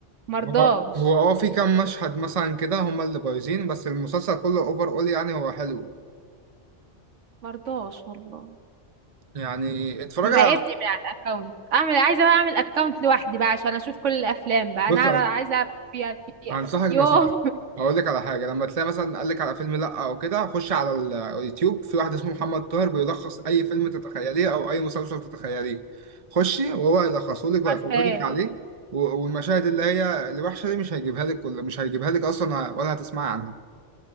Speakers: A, on the right (about 90°); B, on the right (about 30°).
A: مرضاش
B: هو هو اه في كام مشهد مثلا كده هما اللي بايظين بس المسلسل كله اوفر اول يعني هو حلو
A: مرضاش والله
B: يعني اتفرج
A: مراقبني
B: على
A: من على الاكونت اعمل عايزه بقى اعمل اكونت لوحدي بقى عشان اشوف كل الافلام بقى
B: بص
A: انا عار- عايزه اعرف فيها فيها
B: هنصحك
A: يوه
B: نصيحة هقول لك على حاجة لما تلاقي مثلا قال لك على فيلم لأ أو كده خش على ال- اليوتيوب في واحد اسمه محمد طاهر بيلخص أي فيلم تتخيليه أو أي مسلسل تتخيليه خشي وهو يلخصه لك
A: <laughs> عارفاه
B: ويفرجك عليه و- والمشاهد اللي هي الوحشة دي مش هيجيبها لك كل مش هيجيبها لك أصلا ولا هتسمعي عنها